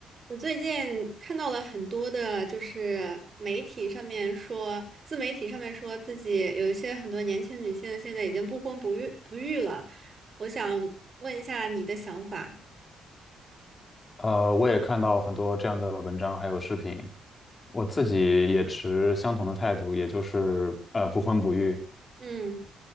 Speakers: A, on the right; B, on the left.
A: 我最近看到了很多的，就是媒体上面说，自媒体上面说自己有一些很多年轻女性现在已经不婚不育不育了。我想问一下你的想法。
B: 呃，我也看到很多这样的文章还有视频，我自己也持相同的态度，也就是呃不婚不育。
A: 嗯